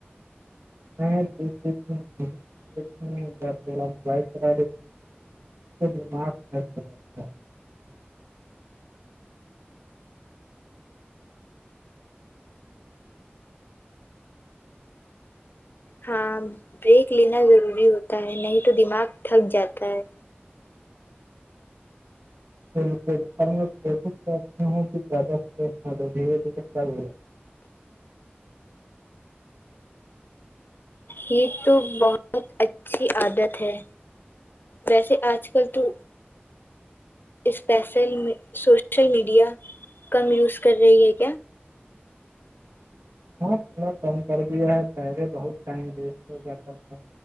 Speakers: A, on the right; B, on the left.
A: میں لیتی تھوڑا موبائل چلا لیتی ہوں دماغ ہو جاتا ہے
B: ہاں بریک لینا ضروری ہوتا ہے نہیں تو دماغ تھک جاتا ہے
A: بالکل اور میں کوشش کرتی ہوں کہ زیادہ نہ دو دھیرے دھیرے تب ہو جائے
B: یہ تو بہت اچھی عادت ہے ویسے آج کل تو اسپیسل سوشل میڈیا کم یوز کر رہی ہے کیا
A: ہاں تھوڑا کم کر دیا ہے پہلے بہت ٹائم ویسٹ ہو جاتا تھا